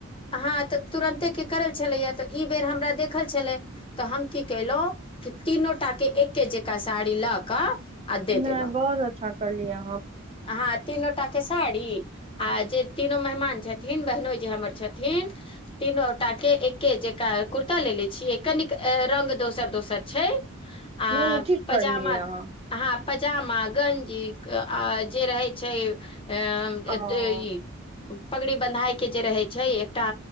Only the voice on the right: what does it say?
नहि
बहुत अच्छा करलिय।
नहि नहि ठीक
करलियै अहाँ
ओ